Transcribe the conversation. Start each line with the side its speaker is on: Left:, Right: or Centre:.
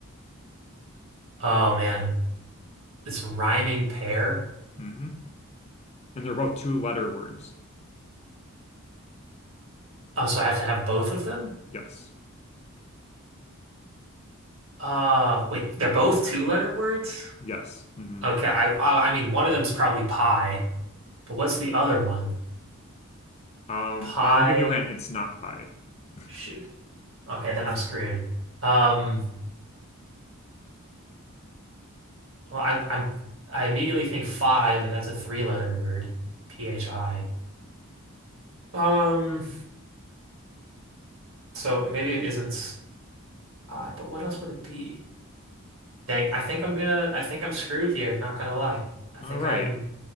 Right: Oh man, this rhyming pair.
Left: hmm And they're both two-letter words.
Right: Oh, so I have to have both of them?
Left: Yes.
Right: Uh, wait, they're both two-letter words?
Left: Yes. hmm
Right: Okay, I, I I mean one of them's probably pie, but what's the other one?
Left: Um,
Right: Pie.
Left: I'll give you a hint. It's not pie. <laughs>
Right: Shoot. Okay, then I'm screwed. Um. Well, I, I'm I immediately think phi, but that's a three-letter word, P-H-I. Um, so maybe it isn't I, but what else would it be? Dang, I think I'm gonna, I think I'm screwed here. Not gonna lie, I
Left: All
Right: think
Left: right.
Right: I'm,